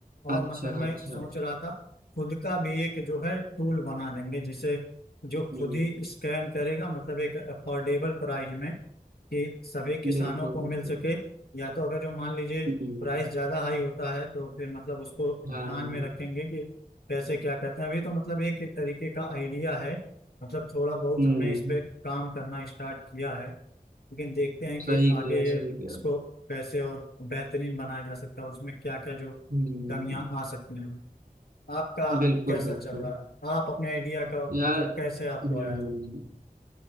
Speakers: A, on the left (about 90°); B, on the right (about 70°).
A: और
B: अच्छा
A: मतलब मैं
B: अच्छा
A: सोच रहा था खुद का भी एक जो है टूल बना देंगे जिसे जो
B: हम्म
A: खुद ही स्कैन करेगा मतलब एक अफोर्डेबल प्राइस में कि सभी किसानों
B: बिल्कुल
A: को
B: बिल्कुल
A: मिल सके या तो अगर जो मान लीजिए
B: हम्म
A: प्राइस ज्यादा हाई होता है तो फिर मतलब उसको ध्यान
B: हाँ हाँ।
A: में रखेंगे कि कैसे क्या करते हैं अभी तो मतलब एक तरीके का आइडिया है मतलब थोड़ा बहुत
B: हम्म
A: हमने इस पे काम करना स्टार्ट किया है लेकिन देखते हैं कि
B: सही
A: आगे
B: किया सही किया
A: इसको कैसे और बेहतरीन बनाया जा सकता है और उसमें क्या क्या जो
B: हम्म
A: कमियां आ सकती हैं आपका
B: बिल्कुल
A: कैसा
B: बिल्कुल
A: चल रहा है आप अपने आइडिया का
B: यार
A: मतलब कैसे आपको
B: हम्म
A: आया था